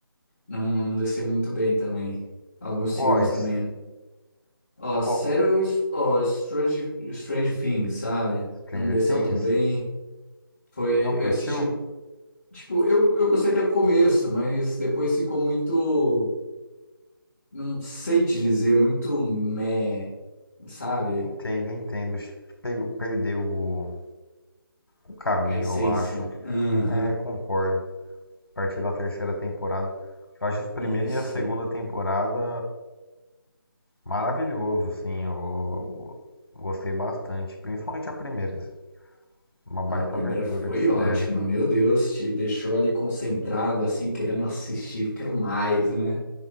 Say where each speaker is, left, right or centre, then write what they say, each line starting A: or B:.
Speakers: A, on the left; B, on the left.
A: não, não desci muito bem também. Alguns
B: Quais?
A: filmes também. Ó,
B: Qual,
A: sério, o S- ó, Strange, Strange Things, sabe?
B: Stranger
A: Não desceu
B: Things?
A: tão bem. Foi,
B: Não curtiu?
A: eu assisti, tipo, eu, eu gostei até o começo, mas depois ficou muito, não sei te dizer, muito meh, sabe?
B: Entendo, entendo. Pegou, perdeu o, o caminho,
A: A essência.
B: eu acho.
A: Aham,
B: É, concordo. A partir da terceira temporada. Eu acho os primeira
A: isso.
B: e a segunda temporada maravilhoso, assim. Eu, eu gostei bastante. Principalmente a primeira. assim. Uma baita
A: Ah, a primeira
B: abertura
A: foi
B: de série.
A: ótima, meu Deus, te deixou ali concentrado, assim, querendo assistir, quero mais, né?